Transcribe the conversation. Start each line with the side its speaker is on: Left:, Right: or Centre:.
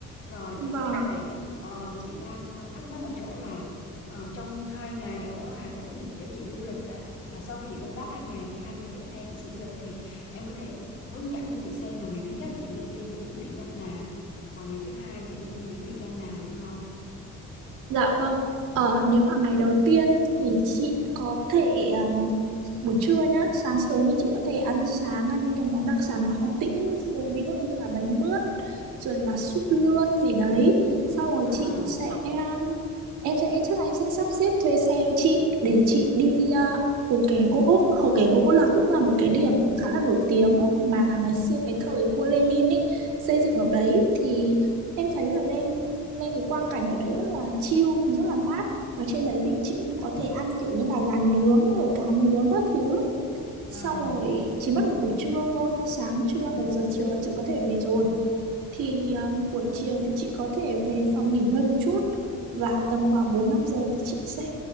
Left: rồi tiếp
Right: Vâng,
Left: theo này ờ, chị đang ờ, thắc mắc ở chỗ là ờ, trong hai ngày ở Hà Tĩnh để chị du lịch đó là sau khi chị công tác hai ngày thì hai ngày tiếp theo chị sẽ du lịch thì em có thể hướng dẫn cho chị xem là ngày thứ nhất chị nên đi những địa danh nào và ngày thứ hai chị nên đi những địa danh nào được không
Right: dạ vâng. Ờ, nếu mà ngày đầu tiên thì chị có thể um, buổi trưa nhá, sáng sớm thì chị có thể ăn sáng ăn những cái món đặc sản của Hà Tĩnh, ví dụ, ví dụ như là bánh mướt, rồi là súp lươn gì đấy. Sau rồi
Left: à
Right: chị sẽ um, em sẽ chắc là em sẽ sắp xếp thuê xe cho chị để chị đi uh, Hồ Kẻ Gỗ. Hồ Kẻ Gỗ là cũng là một cái điểm khá là nổi tiếng mà ngày xưa cái thời vua Lenin ấy xây dựng ở đấy thì em thấy là lên lên cái quang cảnh ở đấy rất là chill rất là mát và trên đấy thì chị cũng có thể ăn kiểu như là gà nướng rồi cá nướng các thứ xong
Left: à
Right: rồi chỉ mất một buổi trưa thôi sáng trưa
Left: ừ
Right: đầu giờ chiều là chị có thể về rồi thì um, buổi chiều thì chị có thể về phòng nghỉ ngơi một chút và tầm khoảng 4 5 giờ thì chị sẽ